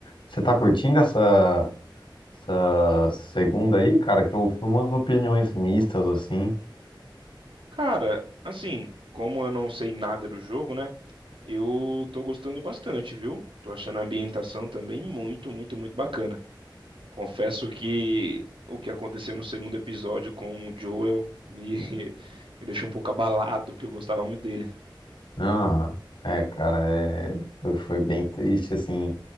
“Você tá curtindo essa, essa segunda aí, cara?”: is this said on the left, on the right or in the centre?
Left